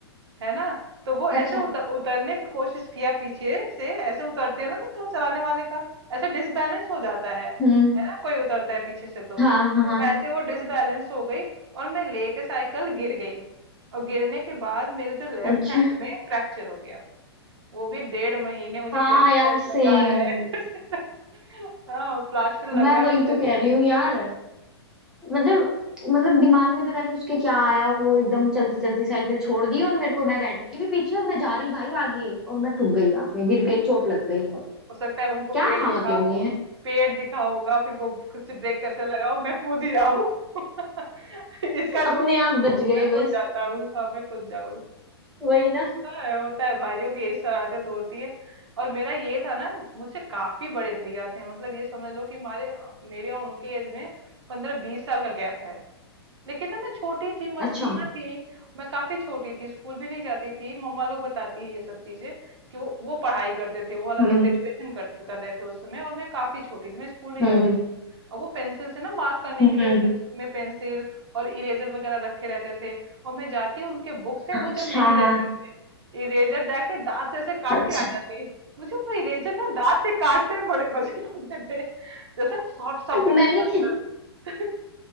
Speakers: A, on the right; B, in the centre.
A: है ना तो वो ऐसे
B: अच्छा
A: उतर, उतरने की कोशिश किया पीछे से ऐसे उतरते हैं ना तो थोड़ा चलाने वाले का ऐसे डिसबैलेंस हो जाता है
B: हम्म
A: है ना कोई उतरता है पीछे से तो
B: हाँ
A: तो
B: हाँ
A: वैसे वो डिसबैलेंस हो गई और मैं लेके साइकिल गिर गई और गिरने के बाद मेरे जो लेफ्ट
B: अच्छा
A: हैंड में फ्रैक्चर हो गया वो भी डेढ़ महीने मुझे
B: हाँ
A: प्लास्टर
B: यार सेम
A: लगा है <laughs> हाँ प्लास्टर लगा
B: मैं
A: है
B: वही
A: मुझे
B: तो कह
A: डेढ़
B: रही हूँ यार मतलब मतलब दिमाग में पता नहीं उसके क्या आया वो एकदम चलती चलती साइकिल छोड़ दी और मेरे को मैं बैठी भी पीछे और मैं जा रही भाई आगे और मैं ठुक गई आगे गिर गई चोट लग गई बहुत
A: हो सकता है उनको
B: क्या
A: पेड़
B: था
A: दिखा
B: मतलब
A: हो
B: ये
A: पेड़ दिखा होगा फिर वो कुछ ब्रेक कैसे लगाओ मैं कूद ही जाऊं <laughs> इसका
B: अपने
A: जो
B: आप बच गए
A: मैं कूद
B: बस
A: जाता हूँ हाँ मैं कूद जाऊं
B: वही ना
A: होता है होता है भाइयों की यही शरारतें तो होती है और मेरा ये था ना मुझसे काफी बड़े भैया थे मतलब ये समझ लो कि हमारे मेरे और उनके एज में पंद्रह बीस साल का गैप है लेकिन ना मैं छोटी थी मस्तियां
B: अच्छा
A: थी मैं काफी छोटी थी स्कूल भी नहीं जाती थी मम्मा लोग बताती है ये सब चीजें कि वो वो पढ़ाई करते थे वो हालांकि
B: हम्म
A: ग्रेजुएशन कर, कर रहे थे उस समय और मैं काफी छोटी थी मैं स्कूल नहीं
B: हम्म
A: जाती थी और वो पेंसिल से ना मार्क करने
B: हम्म
A: के लिए अपने बुक में पेंसिल और इरेजर वगैरह रखे रहते थे और मैं जाती उनके बुक से
B: हाँ
A: वो जब
B: हाँ
A: नहीं रहते
B: हाँ,
A: थे इरेजर जाके दांत से ऐसे काट
B: अच्छा
A: के आ जाती मुझे वो इरेजर ना दांत से काटने में बड़े मजे आते थे जैसे ना सॉफ्ट सॉफ्ट
B: मैंने
A: एकदम लगता है। <laughs>